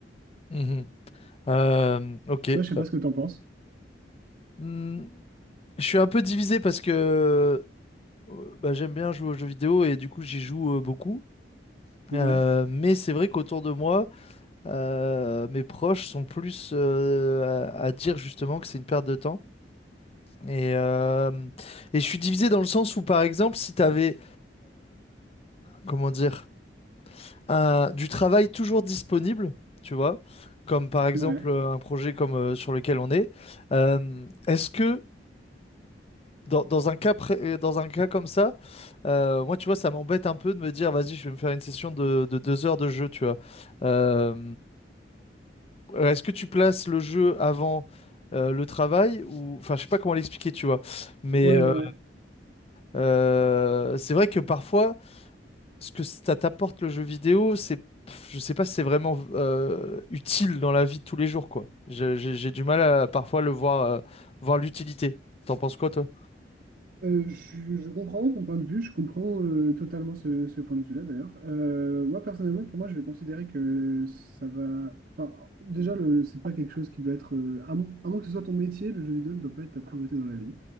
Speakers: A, on the left; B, on the right.
A: Mhm. Euh, ok.
B: Toi, je sais
A: euh,
B: pas ce que tu en penses.
A: hmm, je suis un peu divisé parce que euh, bah, j'aime bien jouer aux jeux vidéo et du coup, j'y joue euh, beaucoup.
B: Ouais,
A: Euh, mais c'est vrai qu'autour de moi, euh, mes proches sont plus euh, à, à dire justement que c'est une perte de temps. Et, euh, et je suis divisé dans le sens où, par exemple, si tu avais, comment dire, un- du travail toujours disponible, tu vois, comme par exemple
B: ouais,
A: euh, un projet comme euh, sur lequel on est. Euh, est-ce que dans, dans un cas pré- euh, dans un cas comme ça, euh, moi tu vois, ça m'embête un peu de me dire, vas-y, je vais me faire une session de, de deux heures de jeu, tu vois. Euh, euh, Est-ce que tu places le jeu avant euh, le travail ou enfin je sais pas comment l'expliquer tu vois mais
B: ouais,
A: euh,
B: ouais. ouais.
A: euh, c'est vrai que parfois ce que ça t'apporte le jeu vidéo, c'est, pff, je sais pas si c'est vraiment euh, utile dans la vie de tous les jours, quoi. Je- J'ai j'ai du mal à parfois le voir, euh, voir l'utilité. T'en penses quoi, toi?
B: Euh, je, je comprends ton point de vue, je comprends euh, totalement ce, ce point de vue-là d'ailleurs. Euh, moi personnellement, pour moi, je vais considérer que ça va. Enfin, déjà, le, c'est pas quelque chose qui doit être. euh, à, mo- à moins que ce soit ton métier, le jeu vidéo ne doit pas être ta priorité dans la vie.